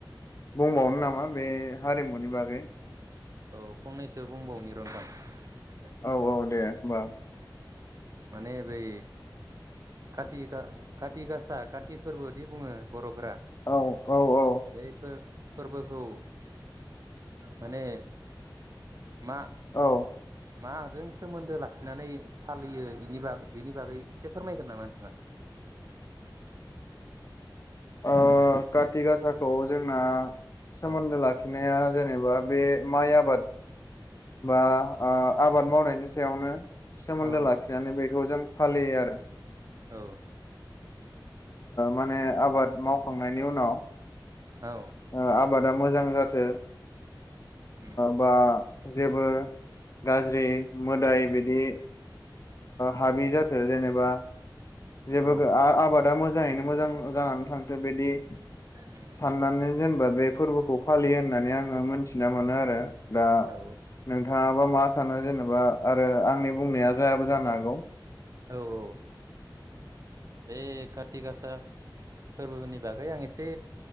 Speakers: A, on the left; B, on the right.
A: बुंबावनो नामा बे हारिमुनि बागै?
B: औ फंनैसो बुंबावनि र' नोंथां ‌
A: औ औ दे। होमबा
B: उम माने बै काति गा काति गासा काति फोरबोदि बुङो बर'फोरा
A: औ औ औ
B: बैफोर फोरबोखौ माने मा उम
A: औ
B: माजों सोमोन्दो ला खिनानै फालियो इनि बेनि बागै एसे फोरमायगोन नामा नोंथाङा?
A: ओ काथ ति गासाखौ जोंना सोमोन्दो
B: औ
A: लाखिनाया जेनेबा बे माइ आबाद बा आबाद ओ मावनायनि सायावनो सोमोन्दो
B: औ
A: लाखिनानै बेखौ जों फालियो आरो
B: औ
A: माने आबाद मावखांनायनि उनाव
B: औ
A: ओ आबादा मोजां जाथों
B: उम
A: बा जेबो गाज्रि मोदाय बि दि हाबि जाथों जेनेबा जेबो
B: औ
A: आबादा मो जाङैनो मोजां जानानै थांथों बिदि
B: उम
A: साननानै जेनेबा बे फोरबोखौ फालियो होननानै आङो मोनथिना मोनो आरो दा
B: औ
A: नोंथाङाबा मा सानो जेनेबा आरो आंनि बुंनाया जायाबो जानो हागौ
B: औ औ बे काति गासा फोरबोनि बागै आं एसे